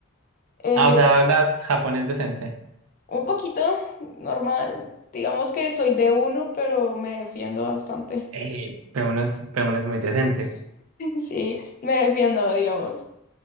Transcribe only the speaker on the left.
Eh,
Un poquito normal. Digamos que soy b uno pero me defiendo bastante.
<laughs> Sí, me defiendo, digamos.